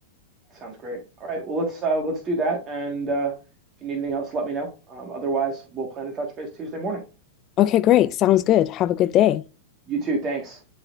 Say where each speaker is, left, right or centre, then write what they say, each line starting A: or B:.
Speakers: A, on the right; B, on the left.
A: Sounds great. All right. Well, let's uh, let's do that. And uh, if you need anything else, let me know. Um, otherwise, we'll plan to touch base Tuesday morning.
B: Okay, great. Sounds good. Have a good day.
A: You too. Thanks.